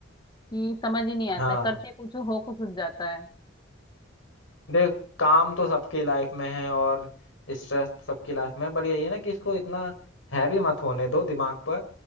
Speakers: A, on the left; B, on the left.
A: कि समझ ही नहीं आता
B: हाँ
A: है। करते कुछ हो कुछ हो जाता है
B: देख काम तो सबकी लाइफ में है और स्ट्रेस तो सबकी लाइफ में है, पर यही है ना कि इसको इतना हैवी मत होने दो दिमाग पर